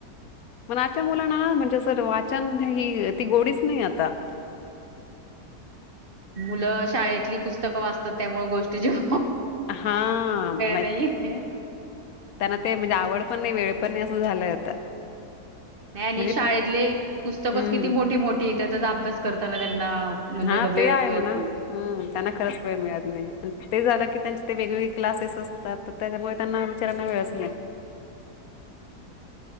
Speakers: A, on the left; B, on the right.
A: मग आजच्या मुलांना. म्हणजे सर वाचन हि ती गोडीच नाही आता. <inaudible>
B: मुलं शाळेतली पुस्तकं वाचतात त्यामुळे गोष्टी जेव
A: हा म
B: नाहीये.
A: त्यांना ते म्हणजे आवड. पण नाही. वेळ पण नाही. असं झालाय आता.
B: नाही आणि
A: म्हणजे
B: शाळेतले पुस्तकच
A: हम्म.
B: किती मोठी-मोठी त्याचाचा अभ्यास करताना त्यांना. म्हणजे
A: हा
B: का वेळ
A: ते आहे
B: मिळत
A: म्हणा.
B: नाही.
A: हम त्यांना खरंच वेळ मिळत नाही. ते झाल. त्यांचे ते वेगवेगळे क्लासेस असतात. तर त्याच्यामुळे त्यांना बिचाऱ्याना वेळच नाही. <inaudible>